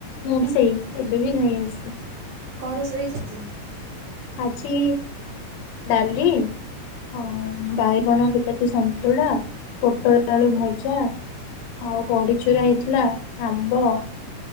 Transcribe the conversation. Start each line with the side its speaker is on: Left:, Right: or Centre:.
Left: ମୁଁ ବି ସେଇ ଏବେ ବି ନାଇଁ ଆଥିଲି
Right: କଣ ରୋସେଇ ହେଇଚି ଆଜି?
Left: ଆଜି ଡାଲି ହଁ ବାଇଗଣ ବିଲାତି ସନ୍ତୁଳା ପୋଟଳ ଆଳୁ ଭଜା ଆଉ ବଡି ଚରୁରା ହେଇଥିଲା ଆମ୍ବ